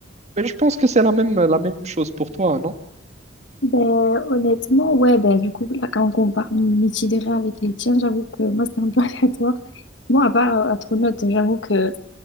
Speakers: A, on the right (about 40°); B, on the left (about 70°).
A: mais je pense que c'est la même, la même chose pour toi, non?
B: Ben, honnêtement, ouais, ben, du coup, là, quand on compare mes titres avec les tiens, j'avoue que moi, c'était un peu <laughs> aléatoire. Moi, à part euh, Astronaute, j'avoue que